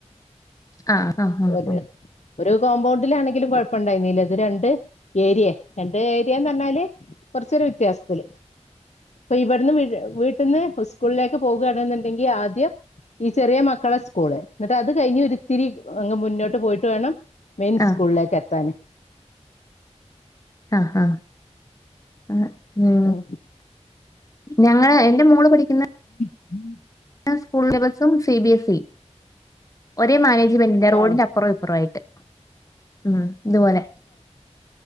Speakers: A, on the left (about 30°); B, on the left (about 70°).
A: ആ അ അ
B: ഒരു
A: ആ
B: ഒരു കോമ്പൗണ്ടിലാണെങ്കിലും കുഴപ്പ ണ്ടായിന്നീല്ല ഇത് രണ്ട് ഏരിയ രണ്ട് ഏരിയാന്ന് പറഞ്ഞാല് കുറച്ചൊരു വ്യത്യാസത്തില് പ്പൊ ഇവിടുന്ന് വീട്ട്ന്ന് സ്കൂളിലേക്ക് പോകുആണ്ന്ന് ണ്ടെന്കില് ആദ്യം ഈ ചെറിയ മക്കളെ സ്കൂള് ന്ന്ട്ട് അത് കഴിഞ്ഞരു ത്തിരി അങ്ങ് മുന്നോട്ട് പോയിട്ട് വേണം മെയിൻ
A: ആഹ്
B: സ്കൂളിലേക്ക് എത്താന്
A: ആ അ ആ മ്
B: ഉം
A: ഞങ്ങള് എന്റെ മോള് പഠിക്ക്ന്ന
B: ഉം.
A: സ്കൂൾ ബസും സി ബി എസ് ഇ ഒരേ മാനേജ്മെന്റിന്റെ റോഡിന്റെ
B: ആഹ്
A: അപ്പറോപ്പിറോ ആയിട്ട്.. ഉം ഇതുപോലെ.